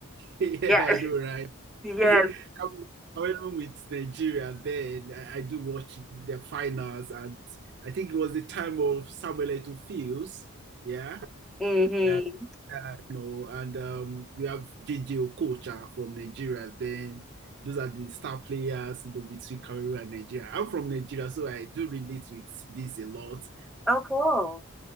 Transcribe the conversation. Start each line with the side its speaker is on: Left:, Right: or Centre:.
Right: Yeah,
Centre: yeah,
Right: I know, right? <laughs>
Centre: <laughs> yes.
Right: Cam- Cameroon with Nigeria then. I, I do watch the finals and I think it was the time of Samuel Eto'o Fields. Yeah.
Centre: Mm-hmm.
Right: Yeah, uh, you know, and um, we have JJ Okocha from Nigeria. Then those are the star players, you know, between Cameroon and Nigeria. I'm from Nigeria, so I do relate with this a lot.
Centre: Oh, cool.